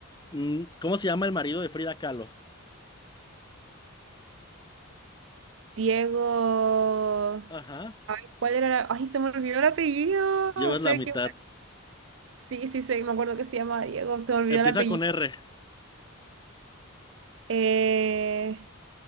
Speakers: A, on the left; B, on the right.
A: mm, ¿Cómo se llama el marido de Frida Kahlo?
B: Diego.
A: Ajá.
B: ¿Cuál era la... Ay, se me olvidó el apellido.
A: Llevas
B: Sé
A: la mitad.
B: que... Sí, sí, sé, me acuerdo que se llama Diego. Se me olvidó
A: Empieza
B: el apellido.
A: con R.
B: Eh,